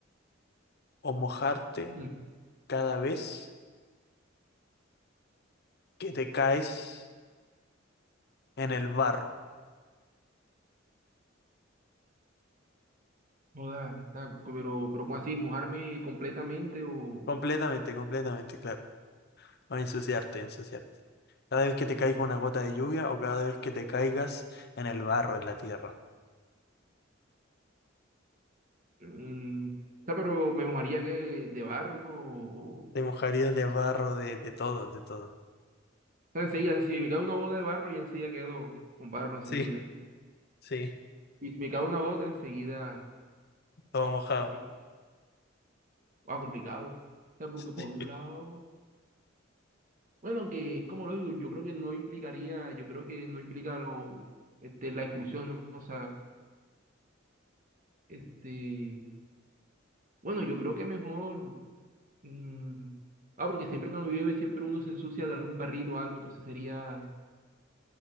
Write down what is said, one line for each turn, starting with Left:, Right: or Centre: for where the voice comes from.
Left: o mojarte
Right: Mm,
Left: cada vez que te caes en el barro?
Right: Joda, o sea, pero, pero ¿cómo así? ¿Mojarme completamente o...?
Left: Completamente, completamente, claro. O ensuciarte, ensuciarte. Cada vez que te caiga una gota de lluvia o cada vez que te caigas en el barro, en la tierra.
Right: mm, o sea, pero me mojaría que de barro o,
Left: Te mojarías de barro, de, de todo, de todo.
Right: O enseguida, si me cae una gota de barro, ya enseguida quedo con barro enseguida.
Left: Sí, sí,
Right: Y si me cae una gota, enseguida,
Left: todo mojado.
Right: eh, ah, complicado. O sea, porque
Left: Sí.
Right: por un lado, bueno, aunque es como lo digo yo creo que no implicaría, yo creo que no implica lo, este, la exclusión, ¿no? O sea, este, bueno, yo creo que mejor, mm, ah, porque siempre cuando llueve, siempre uno se ensucia de algún barrito o algo, entonces sería,